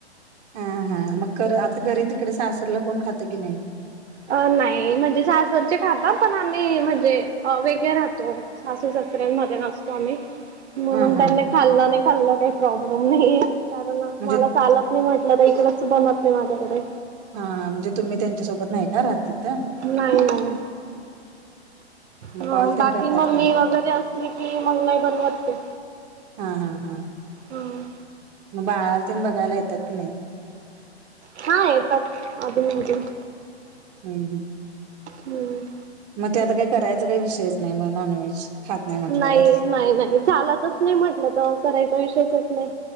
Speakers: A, on the right; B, on the right.
A: हा हा मग आता घरी तिकडे सासरला कोण खातं की नाही.
B: अ नाही म्हणजे सासरचे खाता पण आम्ही म्हणजे वेगळे राहतो. सासू सासऱ्यांमध्ये नसतो आम्ही. म्हणून
A: हा हा
B: त्यांनी खाल्लं नाही खाल्लं काही प्रॉब्लेम नाही कारण
A: म्हणजे
B: मला चालत. मी म्हटलं तर इकडेच बनवते माझ्याकडे.
A: हा हां म्हणजे तुम्ही त्यांच्यासोबत नाही का राहत तिथे.
B: नाही नाही.
A: मग
B: ह
A: कॉल तेन
B: बाकी
A: करतात
B: मग
A: की नाही?
B: मी वगैरे असले कि मग नाही बनवत ते.
A: हा हा हा.
B: हम्म.
A: मग बाळाला तेन बघायला येतात की नाही.
B: हा येतात अधनमधून.
A: हम् हम्
B: हम्म
A: मग त्यात काय करायचा काही विषयच नाही मग नॉनव्हेज. खात म्हटल्यावर
B: नाही नाही नाही चालतच नाही म्हटलं तर करायचा विषयच येत नाही.